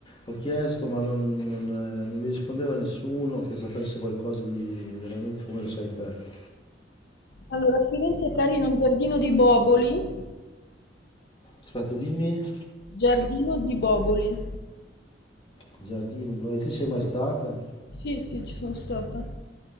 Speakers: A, on the left; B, on the left.
A: ho chiesto ma non, non, eh, non mi rispondeva nessuno che sapesse qualcosa di veramente come lo sai te.
B: Allora, a Firenze è carino il giardino di Boboli.
A: Aspetta, dimmi,
B: Giardino di Boboli.
A: giardino, di Popoli. e te sei mai stata?
B: Sì, sì, ci sono stata.